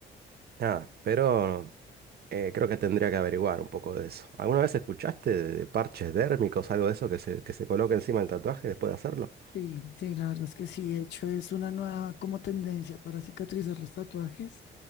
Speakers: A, on the right; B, on the left.
A: nada, pero... Eh, creo que tendría que averiguar un poco de eso. ¿Alguna vez escuchaste de, de parches dérmicos, algo de eso que se, que se coloca encima del tatuaje después de hacerlo?
B: Sí, sí, la verdad es que sí. De hecho, es una nueva como tendencia para cicatrizar los tatuajes.